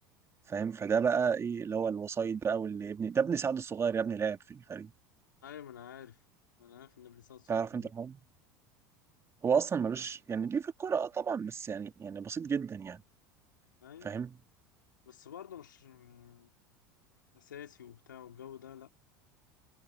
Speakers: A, on the right; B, on the left.
A: فاهم فده بقى ايه اللي هو الوسايط بقى واللي ابني ده ابن سعد الصغير يا ابني لاعب في الفريق
B: ايوه ما انا عارف ما انا عارف ان ابن سعد صغير
A: تعرف
B: كان
A: انت
B: بيلعب
A: الحوار هو اصلا ملوش يعني ليه في الكوره اه طبعا بس يعني يعني بسيط جدا يعني
B: ايوه
A: فاهم
B: بس برضه مش يعني اساسي وبتاع والجو ده لا